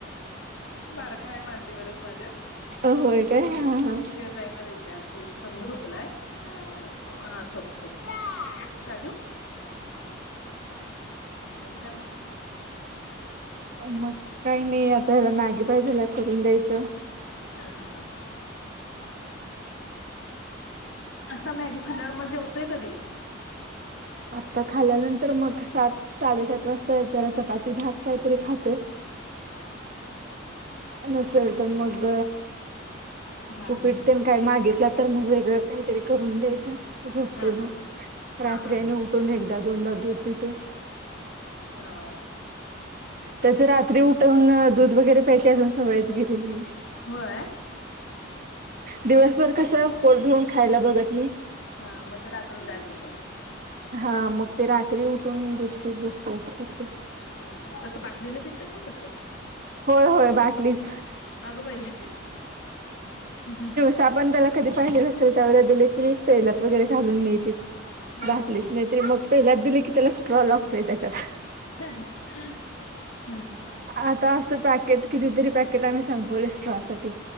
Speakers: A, on the left; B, on the right.
A: बारक आहे मांडीवरचं माझ्या
B: होय काय हा हा
A: झोप घ्या जाई <inaudible> झोप कमी झोपलाय. हा झोप झोप चहा देऊ? आणि काय मगं?
B: मग काही नाही आता ह्याला मॅगी पाहिजे करून द्यायचं.
A: हा हा हा. आता मॅगी खाल्ल्यावर मगं जेवतोय कधी?
B: आता खाल्यानंतर मग सात- साडेसात वाजता जरा चपाती भात काहीतरी खातोय.
A: हा हा.
B: नसेल
A: ठीक आहे.
B: तर मग
A: हा
B: उपीट
A: हा
B: तेन काय मागितला तर मग वेगळं काहीतरी करून द्यायचं. झोपतोय
A: हा
B: मग रात्री
A: हा हा हा
B: आणि उठून एकदा, दोनदा दूध पितोय.
A: हां हां.
B: त्याची रात्री उठवून दूध वगैरे प्यायचे अजून सवयचं गेलेली नाही.
A: होय!
B: दिवसभर कसं, पोट भरुन खायला बघत नाही.
A: हा. मग ते रात्री जाग येत्या.
B: हा, मग ते रात्री उठून, दुध पित बसतोय. अस करतोय.
A: हा, कसं बाटलीने पितोय का कसं?
B: होय होय बाटलीच
A: अगं बाई! <inaudible>
B: <inaudible> आपण त्याला कधी पाहिजे असेल त्यावेळेला दिले की, पेल्यात वगैरे घालून नाही पित.
A: हा
B: बाटलीचं नाही तरी मगं पेल्यात दिली कि त्याला स्ट्रॉ लागतोय त्याच्यात.
A: अच्छा!
B: आता असं पॅकेट कितीतरी पॅकेट आम्ही संपवले स्ट्रॉचे.